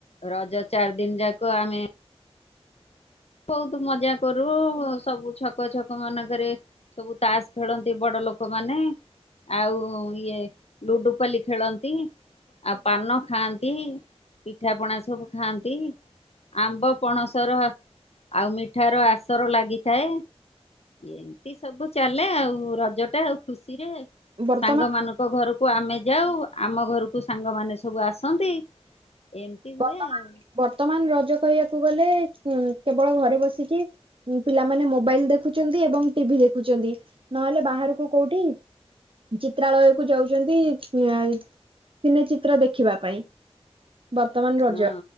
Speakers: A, on the left (about 70°); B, on the right (about 55°).
A: ରଜ ଚାରି ଦିନ ଯାକ ଆମେ। ବହୁତ ମଜା କରୁ ସବୁ ଛକ ଛକ ମାନଙ୍କରେ ସବୁ ତାସ ଖେଳନ୍ତି ବଡ। ଲୋକମାନୋନ ଆଉ ଇଏ ଲୁଡୁପାଲି ଖେଳନ୍ତି। ଆଉ ପାନ ଖାଆନ୍ତି ପିଠା ପଣା ସବୁ ଖାଆନ୍ତି। ଆମ୍ବ ପଣସର ଆଉ ମିଠାର ଆସର ଲାଗିଥାଏ। ଏମିତି ସବୁ ଚାଲେ ଆଉ ରଜ ଟା ଆଉ ଖୁସିରେ।
B: ବର୍ତ୍ତମାନ
A: ସାଙ୍ଗ ମାନଙ୍କ ଘରକୁ ଆମେ ଯାଉ। ଆମ ଘରକୁ ସାଙ୍ଗମାନେ ସବୁ ଆସନ୍ତି। ଏମିତି ହୁଏ
B: ବର୍ତ୍ତମାନ
A: ଆଉ
B: ବର୍ତ୍ତମାନ ରଜ କହିବାକୁ ଗଲେ କେବଳ ଘରେ ବସିକି ପିଲାମାନେ ମୋବାଇଲ ଦେଖୁଛନ୍ତି ଏବଂ ଟିଭି। ଦେଖୁଛନ୍ତି ନହେଲେ ବାହାରକୁ କୋଉଠି ଚିତ୍ରାଳୟ କୁ ଯାଉଛନ୍ତି ଅ ସିନେଚିତ୍ର ଦେଖିବା ପାଇଁ ବର୍ତ୍ତମାନ ରଜ
A: ହଁ